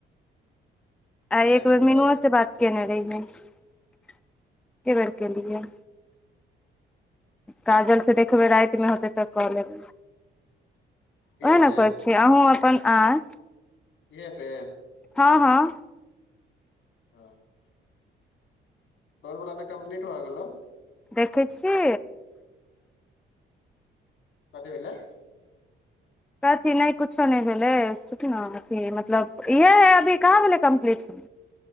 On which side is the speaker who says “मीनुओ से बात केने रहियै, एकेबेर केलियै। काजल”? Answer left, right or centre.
Centre